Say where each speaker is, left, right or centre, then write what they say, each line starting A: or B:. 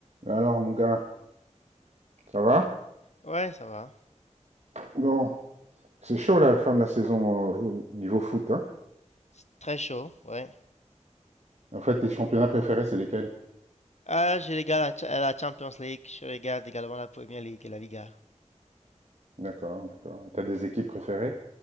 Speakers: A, on the right; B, on the left.
A: Alors, mon gars, ça va
B: Ouais, ça va.
A: Bon, c'est chaud la fin de la saison euh, au niveau foot. Hein
B: C'est très chaud, ouais.
A: en fait, tes championnats préférés, c'est lesquels
B: Ah, je regarde la, Cha- la Champions League, je regarde également la Premier League et la Liga.
A: D'accord, d'accord. Et T'as des équipes préférées